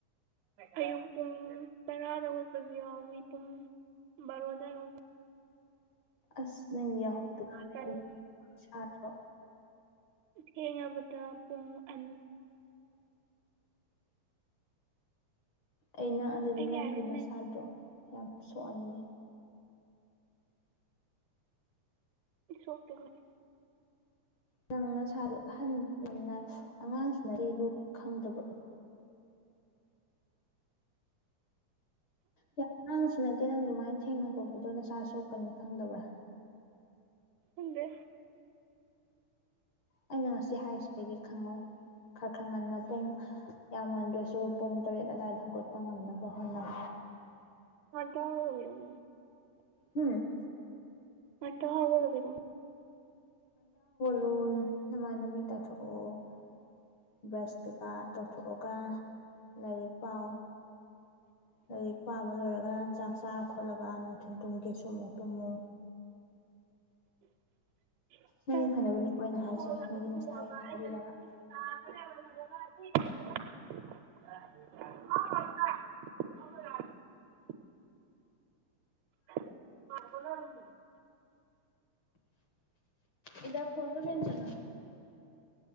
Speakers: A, on the right (about 80°); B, on the left (about 60°).
A: ꯑꯌꯨꯛ ꯄꯨꯡ ꯇꯔꯥꯗ ꯍꯧꯒꯠꯂꯤ <unintelligible>
B: ꯑꯁ ꯅꯪ ꯌꯥꯍꯧ ꯗꯗꯤ
A: ꯇꯔꯦꯠ
B: ꯅꯪ ꯁꯥꯗ꯭ꯔꯣ
A: ꯊꯦꯡꯉꯕꯗ ꯄꯨꯡ ꯑꯟ
B: ꯑꯩꯅ ꯑꯗꯨꯗꯤ
A: ꯑꯩꯗꯤ
B: ꯅꯪꯒꯤ
A: ꯑꯥꯏꯔꯟ
B: ꯅꯁꯥꯗꯣ
A: ꯃꯦꯟ
B: ꯌꯥꯝ ꯁꯣꯛꯑꯅꯤꯅꯦ
A: ꯁꯣꯛꯇꯦ ꯈꯣꯏ
B: ꯅꯪ ꯅꯁꯥꯗꯣ ꯑꯍꯟ ꯌꯥꯝꯅ ꯑꯉꯥꯡꯁꯨ ꯅꯠꯇꯦ ꯑꯗꯣ ꯈꯪꯗꯕ꯭ꯔꯣ
A: <inaudible>
B: ꯌꯥꯝ ꯑꯉꯥꯡꯁꯨ ꯅꯠꯇꯦ ꯅꯪ ꯑꯗꯨꯃꯥꯏꯅ ꯊꯦꯡꯅ ꯈꯣꯠꯄꯗꯣ ꯅꯁꯥ ꯁꯣꯛꯀꯅꯤ ꯈꯪꯗꯕ꯭ꯔꯥ
A: ꯈꯪꯗꯦ
B: ꯑꯩꯅ ꯉꯁꯤ ꯍꯥꯏꯔꯤꯁꯤꯗꯒꯤ ꯈꯪꯉꯣ ꯈꯔ ꯈꯔ ꯉꯟꯅ ꯄꯨꯡ ꯌꯥꯝ ꯉꯟꯗ꯭ꯔꯁꯨ ꯄꯨꯡ ꯇꯔꯦꯠ ꯑꯗꯨꯋꯥꯏꯗ ꯍꯧꯒꯠꯄ ꯉꯝꯅꯕ ꯍꯣꯠꯅꯧ
A: <unintelligible>
B: ꯍꯨꯡ
A: ꯉꯟꯇꯥ ꯍꯧꯒꯠꯂꯒ ꯀꯩꯗꯧ
B: ꯂꯣꯟ ꯅꯃꯥꯏ ꯅꯃꯤꯠ ꯇꯥꯊꯣꯛꯑꯣ ꯕ꯭ꯔꯁ ꯀꯩꯀꯥ ꯇꯧꯊꯣꯛꯑꯒ ꯂꯥꯏꯔꯤꯛ ꯄꯥꯎ
A: <inaudible>
B: ꯂꯥꯏꯔꯤꯛ ꯄꯥꯕ ꯂꯣꯏꯔꯒ ꯆꯥꯛ ꯆꯥꯔ ꯈꯣꯠꯂꯒ ꯅꯨꯡꯊꯤꯟ ꯇꯨꯝꯒꯦꯁꯨ ꯑꯃꯨꯛ ꯇꯨꯝꯃꯨ
A: <inaudible> <inaudible>
B: ꯅꯪꯒꯤ ꯐꯅꯕꯅꯤꯀꯣ ꯑꯩꯅ ꯍꯥꯏꯁꯦ ꯅꯪꯒꯤ ꯅꯁꯥꯒꯤ ꯈꯟꯕꯤꯔꯒ
A: <unintelligible> <unintelligible> <unintelligible>
B: ꯏꯟꯗꯛꯁꯟꯗ ꯂꯦꯡꯖꯜꯂꯣ